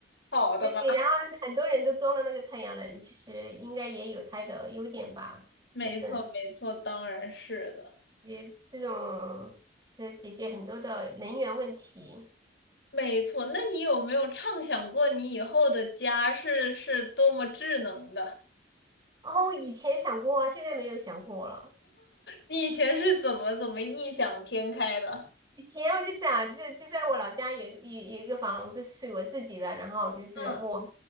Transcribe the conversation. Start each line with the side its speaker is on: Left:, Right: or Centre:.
Left: 好的吧，
Right: 对，然后很多人都装了那个太阳能，其实应该也有它的优点吧。
Left: 没错，
Right: 反正
Left: 没错，当然是的，
Right: 也这种其实解决很多的能源问题。
Left: 没错。那你有没有畅想过你以后的家是是多么智能的？
Right: 哦，以前想过啊，现在没有想过了。
Left: 你以前是怎么怎么异想天开的？
Right: 以前我就想，就就在我老家有有有一个房子是属于我自己的，然后就是我
Left: 嗯，